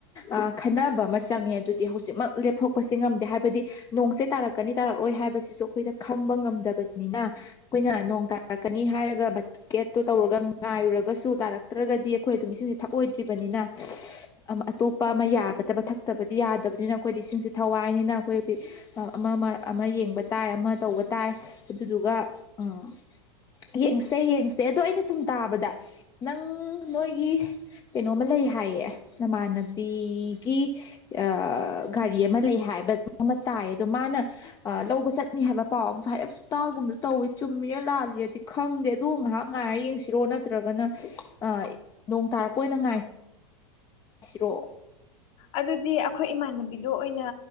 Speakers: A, on the left; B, on the left.
A: ꯑ ꯈꯟꯅꯕ ꯑꯃ ꯆꯪꯉꯦ ꯑꯗꯨꯗꯤ ꯍꯨꯖꯤꯛꯃꯛ ꯂꯦꯞꯊꯣꯛꯄꯁꯤ ꯉꯝꯗꯦ ꯍꯥꯏꯕꯗꯤ ꯅꯣꯡꯁꯦ ꯇꯥꯔꯛꯀꯅꯤ ꯇꯥꯔꯛꯂꯣꯏ ꯍꯥꯏꯕꯁꯤꯁꯨ ꯑꯩꯈꯣꯏꯗ ꯈꯪꯕ ꯉꯝꯗꯕꯅꯤꯅ ꯑꯈꯣꯏꯅ ꯅꯣꯡ ꯇꯥꯔꯛꯀꯅꯤ ꯍꯥꯏꯔꯒ ꯕꯀꯦꯠꯇꯣ ꯇꯧꯔꯒ ꯉꯥꯏꯔꯨꯔꯒꯁꯨ ꯇꯥꯔꯛꯇ꯭ꯔꯒꯗꯤ ꯑꯩꯈꯣꯏ ꯑꯗꯨꯝ ꯏꯁꯤꯡꯁꯦ ꯊꯛꯑꯣꯏꯗ꯭ꯔꯤꯕꯅꯤꯅ ꯑꯇꯣꯞꯄ ꯑꯃ ꯌꯥꯒꯗꯕ ꯊꯛꯇꯕꯗꯤ ꯌꯥꯗꯕꯅꯤꯅ ꯑꯩꯈꯣꯏꯗꯤ ꯏꯁꯤꯡꯁꯤ ꯊꯋꯥꯏꯅꯤꯅ ꯑꯩꯈꯣꯏ ꯍꯧꯖꯤꯛ ꯑ ꯑꯃ ꯑꯃ ꯑꯃ ꯌꯦꯡꯕ ꯇꯥꯏ ꯑꯃ ꯇꯧꯕ ꯇꯥꯏ ꯑꯗꯨꯗꯨꯒ ꯎꯝ ꯌꯦꯡꯁꯦ ꯌꯦꯡꯁꯦ ꯑꯗꯣ ꯑꯩꯅ ꯁꯨꯝ ꯇꯥꯕꯗ ꯅꯪ ꯅꯣꯏꯒꯤ ꯀꯩꯅꯣꯃꯥ ꯂꯩ ꯍꯥꯏꯌꯦ ꯅꯃꯥꯟꯅꯕꯤꯒꯤ ꯑꯥ ꯒꯥꯔꯤ ꯑꯃ ꯂꯩ ꯍꯥꯏꯕ ꯑꯃ ꯇꯥꯏ ꯑꯗꯣ ꯃꯥꯅ ꯂꯧꯕ ꯆꯠ ꯅꯤ ꯍꯥꯏꯕ ꯄꯥꯎ ꯑꯝꯁꯨ ꯍꯥꯏꯔꯞꯁꯨ ꯇꯥꯒꯨꯝꯁꯨ ꯇꯧꯋꯤ ꯆꯨꯝꯃꯤꯔꯥ ꯂꯥꯂꯤꯔꯗꯤ ꯈꯪꯗꯦ ꯑꯗꯨ ꯉꯥꯏꯍꯥꯛ ꯉꯥꯏꯔ ꯌꯦꯡꯁꯤ ꯅꯠꯇ꯭ꯔꯒꯅ ꯑꯥ ꯅꯣꯡ ꯇꯥꯔꯛꯄ ꯑꯣꯏꯅ ꯉꯥꯏ ꯁꯤꯔꯣ
B: ꯑꯗꯨꯗꯤ ꯑꯈꯣꯏ ꯏꯃꯥꯟꯅꯕꯤꯗꯣ ꯑꯣꯏꯅ